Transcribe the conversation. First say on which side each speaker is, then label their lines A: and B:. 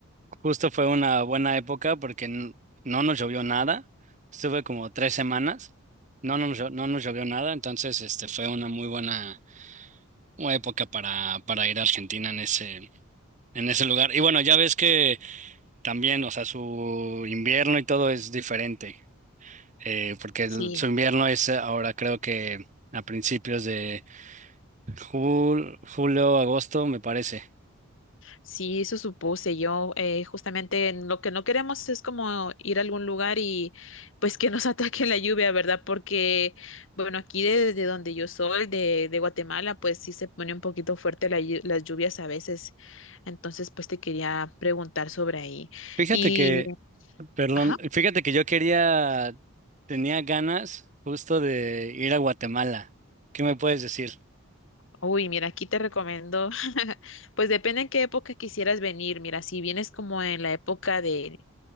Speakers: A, on the right; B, on the left.
A: Justo fue una buena época porque n- no nos llovió nada. Estuve como tres semanas. No nos, llo- no nos llovió nada. Entonces, este fue una muy buena una época para, para ir a Argentina en ese, en ese lugar. Y bueno, ya ves que también, o sea, su invierno y todo es diferente. eh, porque el-
B: Sí.
A: su invierno es eh, ahora creo que a principios de jul- julio, agosto, me parece.
B: Sí, eso supuse yo. eh, justamente en lo que no queremos es como ir a algún lugar y pues que nos <laughs> ataque la lluvia, ¿verdad? Porque, bueno, aquí de de donde yo soy, de, de Guatemala, pues sí se pone un poquito fuerte la llu- las lluvias a veces. Entonces, pues te quería preguntar sobre ahí.
A: Fíjate
B: Y,
A: que, perdón,
B: ajá.
A: fíjate que yo quería, tenía ganas justo de ir a Guatemala. ¿Qué me puedes decir?
B: Uy, mira, aquí te recomiendo, <laughs> pues depende en qué época quisieras venir. Mira, si vienes como en la época de